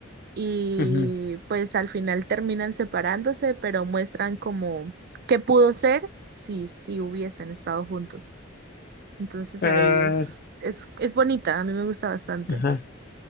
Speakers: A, on the right; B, on the left.
A: Y
B: ujú.
A: pues al final terminan separándose, pero muestran como qué pudo ser si, si hubiesen estado juntos. Entonces
B: Ah,
A: ahí es, es, es bonita, a mí me gusta bastante.
B: Ajá.